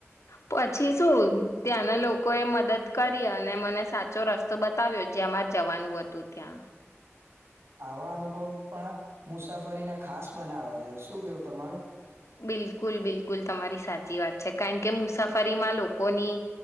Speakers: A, on the left (about 75°); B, on the right (about 60°).
A: પછી શું ત્યાંના લોકોએ મદદ કરી અને મને સાચો રસ્તો બતાવ્યો જ્યાંમાં જવાનું હતું ત્યાં
B: આવા અનુભવ પણ મુસાફરીને ખાસ બનાવે છે શું કેવું તમારું
A: બિલકુલ બિલકુલ તમારી સાચી વાત છે કારણ કે મુસાફરીમાં લોકોની